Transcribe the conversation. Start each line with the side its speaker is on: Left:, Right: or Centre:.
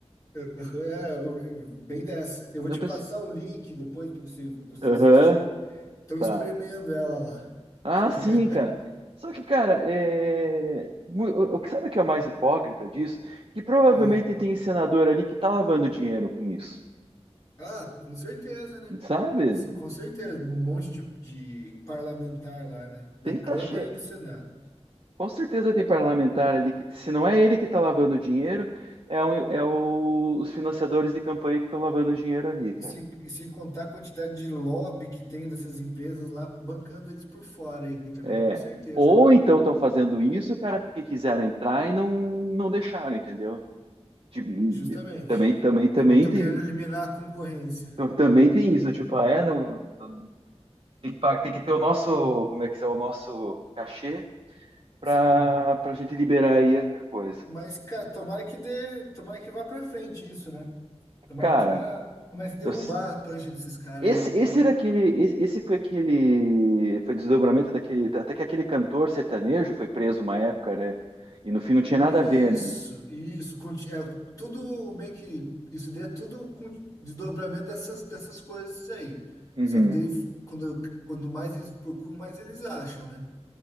Left: é, eu- eu- bem dessa. Eu vou te
Right: O pessoal...
Left: passar o link depois para você, pra você
Right: Aham,
Left: assistir. Estão espremendo
Right: tá.
Left: ela lá.
Right: Ah,
Left: <laughs>
Right: sim, cara. Só que, cara, é... mu- o o que sabe o que é o mais hipócrita disso? Que provavelmente
Left: Aham.
Right: tem senador ali que tá lavando dinheiro com isso,
Left: Ah, com certeza, né?
Right: sabe?
Left: Se- com certeza, um monte de, de parlamentar lá, né? Na
Right: Tem que
Left: Câmara
Right: tá che...
Left: e no Senado.
Right: Com certeza tem parlamentar ali que, se não é ele que está lavando dinheiro, é, um- é o- os financiadores de campanha que estão lavando dinheiro ali, cara.
Left: E sem, e sem contar a quantidade de lobby que tem dessas empresas lá bancando eles por fora aí também,
Right: É.
Left: com certeza,
Right: Ou
Left: né?
Right: então estão fazendo isso, cara, porque quiseram entrar e não, não deixaram, entendeu? Tipo,
Left: Justamente.
Right: também, também, também
Left: Estão
Right: tem,
Left: querendo eliminar a concorrência.
Right: então, também tem isso, tipo, ah, é, não, não- tem que, pa- tem que ter o nosso, como é que é, o nosso cachê para
Left: Sim.
Right: para gente liberar aí a coisa.
Left: Mas, cara, tomara que dê, tomara que vá pra frente isso, né? Tomara
Right: Cara,
Left: que os caras comecem a derrubar
Right: eu,
Left: a prancha desses caras
Right: Esse,
Left: aí, né?
Right: esse era aquele, esse esse foi aquele, foi desdobramento daquele, até que aquele cantor sertanejo foi preso uma época, né? E no fim não tinha
Left: Isso,
Right: nada a ver, né?
Left: isso, conti- é tudo meio que isso daí é tudo com desdobramento dessas, dessas coisas aí.
Right: Uhum.
Left: Só que daí quando, quando mais eles procuram, mais eles acham, né?